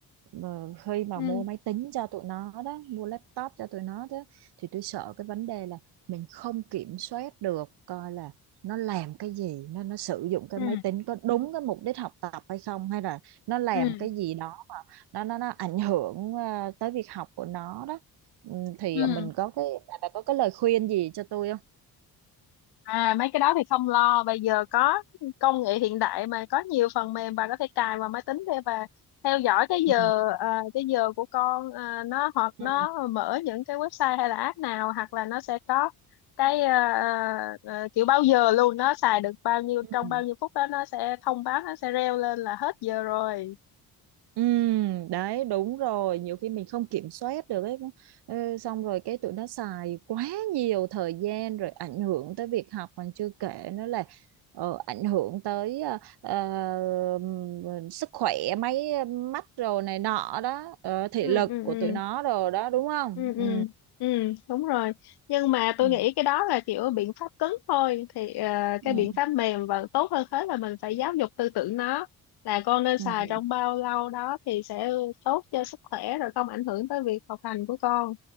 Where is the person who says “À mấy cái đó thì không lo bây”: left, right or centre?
Left